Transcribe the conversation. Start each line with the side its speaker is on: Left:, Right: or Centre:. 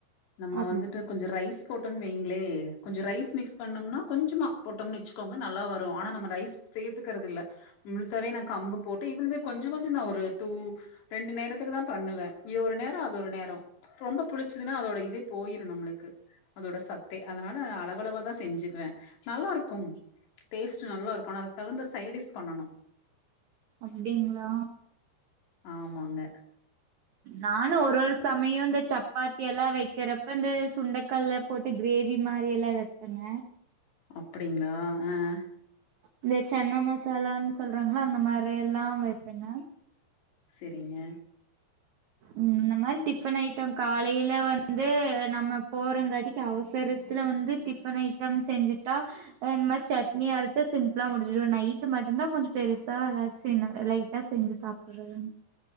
Left: நம்ம
Right: அப்
Left: வந்துட்டு கொஞ்சோ ரைஸ் போட்டோன் வைங்ளே கொஞ்சு ரைஸ் மிக்ஸ் பண்ணம்னா கொஞ்சுமா போட்டோம் நெச்கோங்க நல்லா வரு ஆனா நம்ம ரைஸ் சேத்துக்கறதில்ல முழுசாவே நான் கம்பு போட்டு இவில்தே கொஞ்சு கொஞ்சந்தா ஒரு டூ ரெண்டு நேரத்துக்கு தா பண்ணுவே இது ஒரு நேர அது ஒரு நேர ரொம்ப புளிச்சதுனா அதோட இதே போயிரு நம்முளுக்கு அதோட சத்தே அதனால அளவளவா தா செஞ்சுக்குவே நல்லாருக்கு டேஸ்ட் நல்லாருக்கு ஆனா அதுக்கு தகுந்த சைடிஸ் பண்ணனு
Right: அப்டிங்ளா
Left: ஆமாங்க
Right: நானு ஒரு ஒரு சமயோ இந்த சப்பாத்தி எல்லா வெக்கறப்ப இந்த சுண்டக்கல்ல போட்டு க்ரேவி மாரி எல்லா வெப்பேங்க
Left: அப்படிங்களா ஆஹ்
Right: இந்த சன்ன மசாலான் சொல்றாங்கல்ல அந்த மாரி எல்லா வெப்பேங்க
Left: செரிங்க
Right: உம் இந்த மாரி டிஃபன் ஐட்டம் காலைல வந்து நம்ம போறங்காட்டிக்கு அவசரத்துல வந்து டிஃபன் ஐட்டம் செஞ்சுட்டா அ, இந் மாரி சட்னி அரச்சா சிம்பிளா முடிஞ்சிரு நைட்டு மட்டுந்தா கொஞ்சோ பெருசா எதாச் சின்னதா லைட்டா செஞ்சு சாப்பிறதுன்